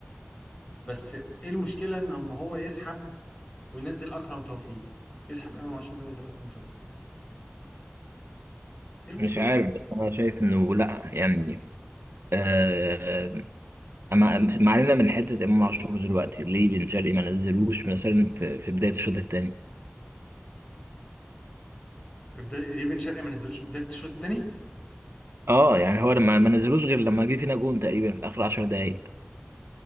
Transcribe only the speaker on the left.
بس ايه المشكله ان لما هو يسحب وينزل اكرم توفيق يسحب امام عاشور وينزل اكرم توفيق ايه المشكله
في بدايه ريبن شرقي ما نزلوش في بدايه الشوط الثاني